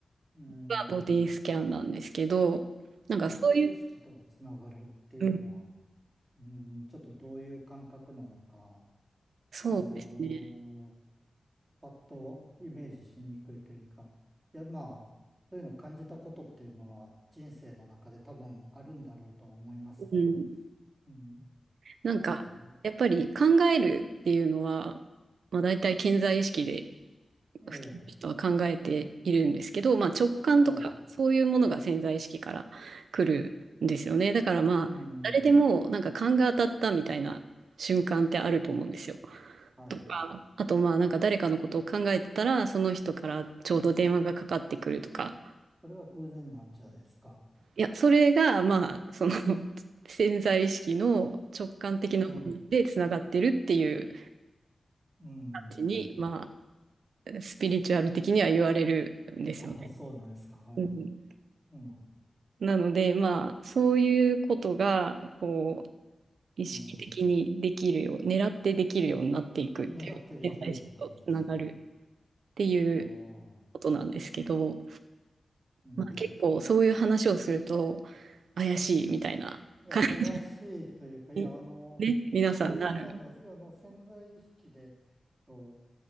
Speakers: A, on the right; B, on the right.
A: うん。
B: がボディスキャンなんですけど、なんかそういう、
A: 潜在意識とつながるっていうのは、
B: うん、
A: うん、ちょっとどういう感覚なのか、
B: そうですね。
A: あのーパッとイメージしにくいというか、いや、まあ、そういうのを感じたことっていうのは人生の中で多分あるんだろうとは思いますけど、
B: うん
A: うん、
B: なんか、
A: なんか、
B: やっぱり考えるっていうのは、まあ、大体潜在意識で
A: ええ、
B: 普通の人は考えているんですけど、まあ、直感とかそういうものが潜在意識から来るんですよね。
A: はい、
B: だからまあ、
A: うん、
B: 誰でもなんか勘が当たったみたいな瞬間ってあると思うんですよ。
A: はい。
B: とか、あとまあなんか誰かのことを考えてたら、その人からちょうど電話がかかってくるとか。
A: それは偶然なんじゃないですか。
B: いや、それがまあ、その <laughs> 潜在意識の直感的な部分でつながってるっていう。
A: うん、うん。
B: ちに、まあ、スピリチュアル的には言われるんですよね。
A: あ、そうなんですか。はい。
B: うん、
A: うん、
B: なので、まあ、そういうことが、こう、意識的にできるよう、
A: うん。
B: 狙ってできるようになっていくっていう、
A: 狙ってできるようになるんですね。
B: 潜在意識とつながるっていう
A: ああ、
B: ことなんですけど、
A: うん。
B: まあ、結構そういう話をすると、怪しいみたいな感じ
A: いや、怪しいというか、いや、
B: に、
A: あの、
B: ね、皆さんなる。
A: ボディスキャンダル、あの、潜在意識で、と、